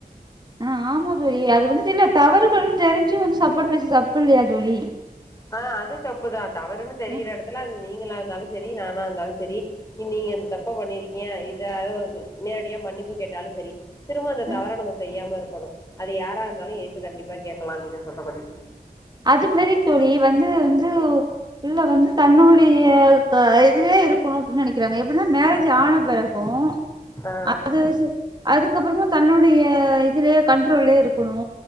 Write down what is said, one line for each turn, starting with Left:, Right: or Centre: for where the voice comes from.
Right: அ ஆமா தோழி அது வந்து இல்ல தவறுகளும் தெரிஞ்சு வந்து சப்போட் பேசுறது தப்பு இல்லயா தோழி
Left: ஆ அது தப்புதா தவறுன் தெரிற
Right: ம்
Left: எடத்துல அது நீங்களா இருந்தாலு செரி நானா இருந்தாலு செரி நீங்க இந்த தப்ப பண்ணிருகிங்க இத நேரடியா மன்னிப்பு கேட்டாலு செரி திரும்ப அந்த
Right: ம்
Left: தவற நம்ம செய்யாம இருக்கணு அது யாரா இருந்தாலு எத்து கண்டிப்பா கேக்கலா நீங்க சொல்ற படி
Right: அது மாரி தோழி வந்து ந்து உள்ள வந்து தன்னுடைய க இதுலயே இருக்கோ அப்டின் நெனைக்கிறாங்க எப்டின்னா மேரேஜ் ஆன பெறகும்
Left: ஆ
Right: அது சு அதுக்கப்பறமா தன்னுடைய இதுலே கண்ட்ரோல்லே இருக்கணு